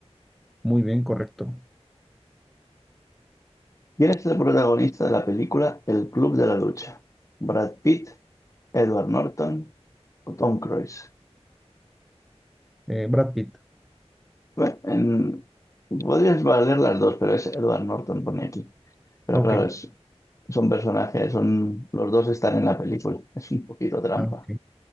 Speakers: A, in the centre; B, on the left.
A: Muy bien, correcto.
B: ¿Quién es el protagonista de la película El Club de la Lucha? ¿Brad Pitt, Edward Norton o Tom Cruise?
A: Eh, Brad Pitt.
B: Bueno, en- podrías valer las dos, pero es Edward Norton, pone aquí. Pero
A: Ok.
B: claro, es son personajes, son, los dos están en la película. Es un poquito trampa.
A: Ah, ok.